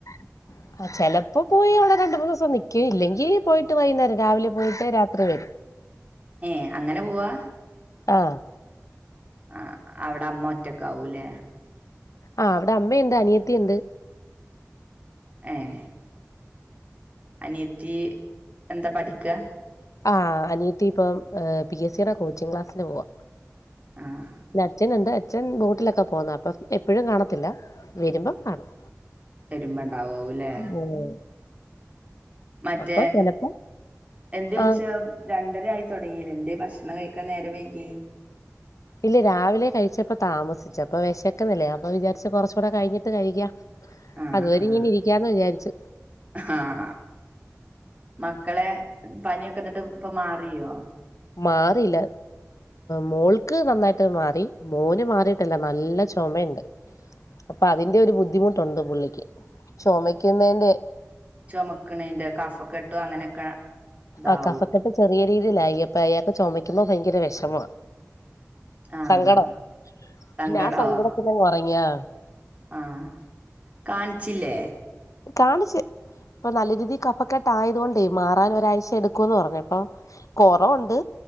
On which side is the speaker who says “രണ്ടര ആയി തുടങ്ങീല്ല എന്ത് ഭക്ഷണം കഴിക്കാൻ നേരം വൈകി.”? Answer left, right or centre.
Right